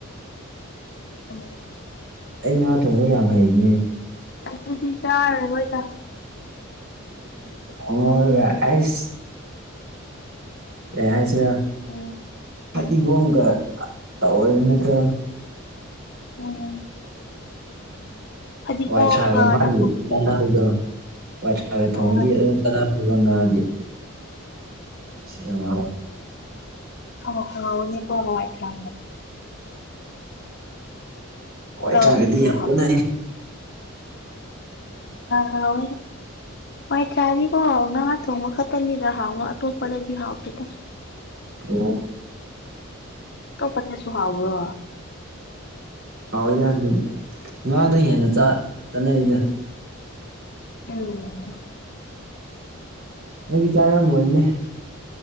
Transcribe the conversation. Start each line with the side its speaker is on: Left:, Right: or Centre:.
Left: ꯑꯣ
Right: ꯑꯩ ꯉꯥ ꯊꯣꯡꯕ ꯌꯥꯝ ꯍꯩꯔꯤꯅꯦ
Left: ꯑꯗꯨꯗꯤ ꯆꯔ ꯑꯣꯏꯣꯏꯗ
Right: ꯎ ꯊꯥꯎꯉꯒ ꯑꯁ ꯀꯩ ꯍꯥꯏꯁꯤꯔ
Left: ꯎꯝ
Right: ꯐꯗꯤꯒꯣꯝꯒ
Left: ꯎꯝ
Right: ꯇꯧ ꯑꯗꯨꯅ ꯀ
Left: ꯎꯝ
Right: ꯎꯝ
Left: ꯐꯗꯤꯒꯣꯝꯒ
Right: ꯋꯥꯏꯊ꯭ꯔꯥꯒ ꯃꯥꯒꯤ
Left: ꯅꯥꯀꯨꯞꯄꯤ
Right: ꯆꯕꯤꯗꯣ ꯋꯥꯏꯊ꯭ꯔꯥꯒ
Left: ꯍꯣꯏ
Right: ꯊꯣꯡꯉꯗꯤ ꯑꯗꯨꯝ ꯕ ꯉꯥꯗꯤ ꯁꯤ ꯌꯥꯝ
Left: ꯑ ꯍ ꯎꯅꯤꯀꯣ ꯍꯋꯥ ꯊ꯭ꯔ ꯄꯨꯛꯂꯥꯎꯕꯤꯗꯣ
Right: ꯍꯏꯇꯥꯔꯒꯗꯤ ꯌꯥꯝ ꯀꯅꯩ
Left: ꯍꯥꯎ ꯃꯣꯏ ꯆꯥꯔꯤꯀꯣ ꯉꯍꯥ ꯊꯣꯡꯕ ꯈꯛꯇꯅꯤꯗ ꯍꯥꯎꯉ ꯇꯣ ꯄꯦꯒꯤ ꯍꯥꯥꯎ ꯄꯦꯗ
Right: ꯑꯣ
Left: ꯇ ꯄ ꯁꯨ ꯑꯑꯣ
Right: ꯍꯥꯎꯏꯅꯦ ꯑꯗꯨꯝ ꯉꯥꯗ ꯍꯦꯟꯅ ꯆꯠꯅꯩꯗ
Left: ꯎꯝ
Right: ꯑꯗꯨꯒꯤ ꯆꯥꯔꯝꯕꯣꯏꯅꯦ